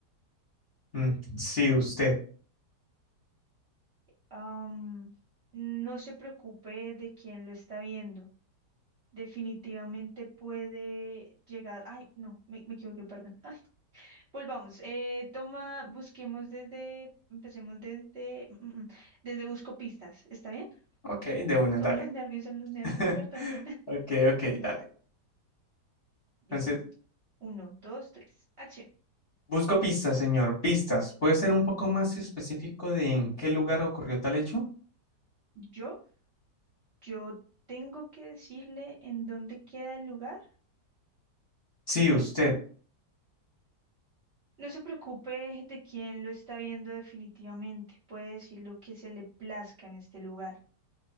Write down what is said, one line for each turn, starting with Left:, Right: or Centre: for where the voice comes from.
Left: Mm, sí, usted.
Right: Am, no se preocupe de quién lo está viendo. definitivamente puede llegar. Ay, no, me, me equivoqué, perdón. Ay, volvamos. Eh, toma, busquemos desde, empecemos desde, mm, mm, mm, desde busco pistas. ¿Está bien?
Left: Ok, de una,
Right: Son
Left: dale.
Right: los nervios, son los nervios,
Left: <laughs>
Right: perdón.
Left: Ok, ok, dale. Entonces,
Right: Listo. Uno, dos, tres. Acción.
Left: busco pistas, señor, pistas. ¿Puede ser un poco más específico de en qué lugar ocurrió tal hecho?
Right: Yo, yo tengo que decirle en dónde queda el lugar.
Left: Sí, usted.
Right: No se preocupe de quién lo está viendo definitivamente. Puede decir lo que se le plazca en este lugar.